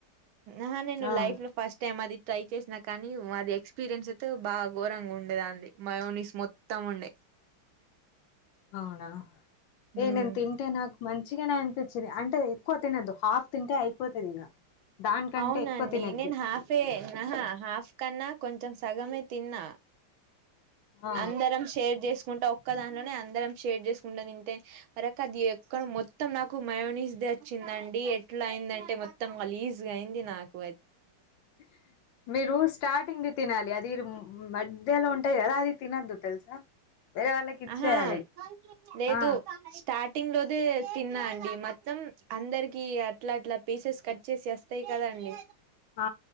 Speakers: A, on the right; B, on the left.
A: ఉ నేను
B: ఆ
A: లైఫ్ లో ఫస్ట్ టైమ్ అది ట్రై చేసినా కానీ మాది ఎక్స్పీరియన్స్ తో బాగా ఘోరంగా ఉండే అది మయూనిస్ మొత్తం మొత్తం ఉండే
B: అవునా
A: హ్మ్
B: ఏ నేను తింటే నాకు మంచిగానే అనిపించింది అంటే ఎక్కువ తినొద్దు హాఫ్ తింటే అయిపోతుంది ఇగ దానికంటే
A: అవునండి
B: ఎక్కువ తినద్ది
A: నేను హాఫ్ ఎ ఆహా హాఫ్ కన్నా కొంచెం సగమే తిన్న
B: ఆ
A: అందరం షేర్ చేసుకుంటా ఒక్క దాంట్లోనే అందరం షేర్ చేసుకుంటా తింటే అరక అది ఎక్కడ మొత్తం నాకు మయోనిస్ దే వచ్చిందండి ఎట్లా అయిందంటే మొత్తం గలీజ్ అయ్యింది నాకు
B: <inaudible> మీరు స్టార్టింగ్ ది తినాలి అది ఉ మధ్యలో ఉంటది కదా అది తినొద్దు తెలుసా వేరే వాళ్ళకి ఇచ్చేయాలి
A: ఆహా లేదు
B: ఆ
A: స్టార్టింగ్ లోదే తిన్నా అండి మొత్తం అందరికి అట్లా అట్లా పీసెస్ కట్ చేసి తేకదండి
B: ఆ